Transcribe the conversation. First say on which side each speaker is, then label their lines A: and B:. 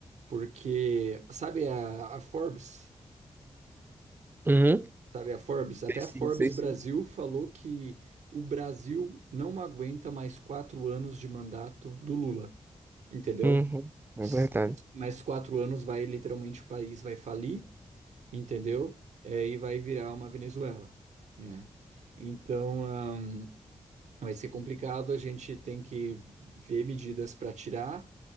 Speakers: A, on the right; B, on the right.
A: porque, sabe a, a Forbes?
B: Uhum.
A: Sabe a Forbes? Até
B: Sei sim,
A: a Forbes
B: sei sim.
A: Brasil falou que o Brasil não aguenta mais quatro anos de mandato do Lula, entendeu?
B: Uhum. É
A: S-
B: verdade.
A: Mais quatro anos vai, literalmente, o país vai falir entendeu? É, e vai virar uma Venezuela, né? Então, ahn, vai ser complicado, a gente tem que ver medidas para tirar,